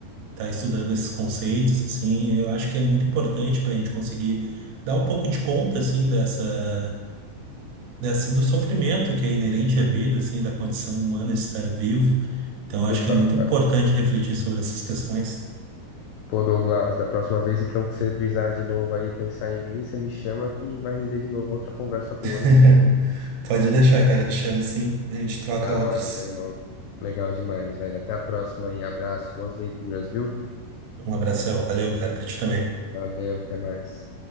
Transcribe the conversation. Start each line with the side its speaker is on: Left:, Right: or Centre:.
Right: tá estudando esses conceitos, assim. Eu acho que é muito importante pra gente conseguir dar um pouco de conta, assim, dessa, dessa, do sofrimento que é inerente
Left: Uhum.
Right: à vida, assim, da condição humana de estar vivo. Então, eu
Left: Total,
Right: acho que é muito
Left: cara.
Right: importante refletir sobre essas questões.
Left: Pô, Douglas, da próxima vez então que você brisar de novo aí, pensar em mim, você me chama que vai render de novo outra conversa boa,
Right: <laughs>
Left: hein?
Right: Pode deixar, cara. Te chamo sim. A gente troca
Left: Da
Right: outros.
Left: hora, meu irmão. Legal demais, velho. Até a próxima aí. Abraço, boas leituras, viu?
Right: Um abração. Valeu, cara, pra ti também.
Left: Valeu, até mais.